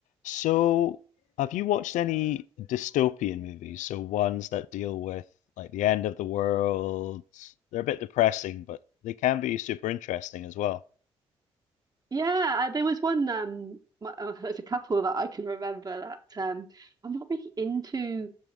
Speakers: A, on the left (about 65°); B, on the right (about 30°).
A: So, have you watched any dystopian movies? So ones that deal with like the end of the world. They're a bit depressing, but they can be super interesting as well.
B: Yeah, uh, there was one. Um, my, uh, <laughs> there's a couple that I can remember that um, I'm not really into